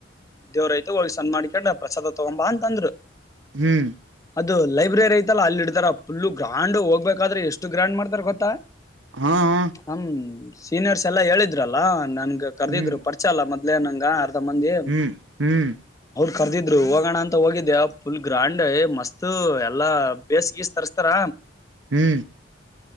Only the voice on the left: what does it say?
ದೇವ್ರಐ್ತ ಹೋಗಿ ಸಣ್ಣ ಮಾಡಿಕೊಂಡ ಪ್ರಸಾದ ತಗೊಂಬ ಅಂತ ಅಂದ್ರು
ಅದು ಲೈಬ್ರರಿ ಐತಲ್ಲ ಅಲ್ಲಿ ಇಡ್ತಾರ ಫುಲ್ು ಗ್ರಾಂಡ್ ಹೋಗ್ಬೇಕಾದ್ರೆ ಎಷ್ಟು ಗ್ರಾಂಡ್ ಮಾಡ್ತಾರ ಗೊತ್ತಾ
ಹ್ಮ ಸೀನಿಯರ್ಸ್ ಎಲ್ಲಾ ಹೇಳಿದ್ರಲ್ಲ ನನ್ಗ ಕರ್ದಿದ್ರು
ಪರಿಚಯ ಅಲ್ಲ ಮತ್ತೆ ಇ ನಂಗ ಅರ್ಧ ಮಂದಿ
ಕರ್ದಿದ್ರು ಹೋಗೋಣ ಅಂತ ಹೋಗಿದ್ದೆ ಫುಲ್ ಗ್ರಾಂಡ್ ಮಸ್ತ್ ಎಲ್ಲಾ ಬೇಸ್ಗೀಸ್ ತರಿಸಸ್ತಾರ